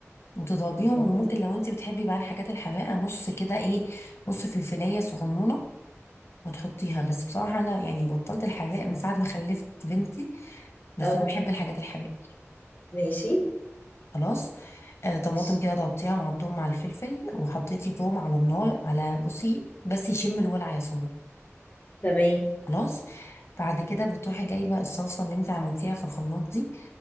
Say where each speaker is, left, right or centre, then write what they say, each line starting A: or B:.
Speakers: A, on the left (about 55°); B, on the left (about 35°).
A: وتضربيهم
B: اوكي
A: وممكن لو انت بتحبي بقى الحاجات الحراقة نص كده ايه نص فلفلاية صغنونة وتحطيها بس بصراحة أنا يعني بطلت الحراق من ساعة ما خلفت بنتي بس
B: اه
A: أنا بحب الحاجات الحراقة
B: ماشي
A: خلاص آه طماطم
B: ماشي.
A: كده ضربتيها مع التوم مع الفلفل وحطيتي توم على النار على بصي بس يشم الولع يا سارة
B: تمام
A: خلاص بعد كده بتروحي جايبه الصلصه اللي انت عملتيها في الخلاط دي